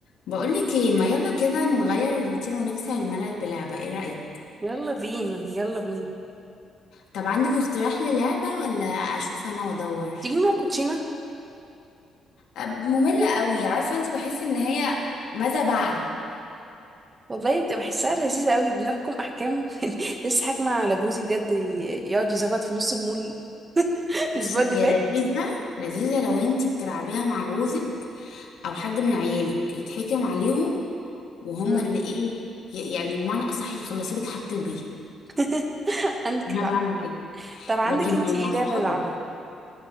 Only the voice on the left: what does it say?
بقولك ايه ما يلا كده نغير الروتين ونكسر الملل بلعبة ايه رأيك
طب عندك اقتراح للعبة ولا اشوف انا وادور
أب- مملة قوي عارفة انت بحس ان هي ماذا بعد
بصي
هي
لذيذة لذيذة لو انتي بتلعبيها مع جوزك او حد من عيالك يتحكم عليهم وهما
اللي ايه ي- يعني بمعنى اصح يخلصوا لك حاجة البيت
انا
بعمل كده
لكن
لو مع
صحابك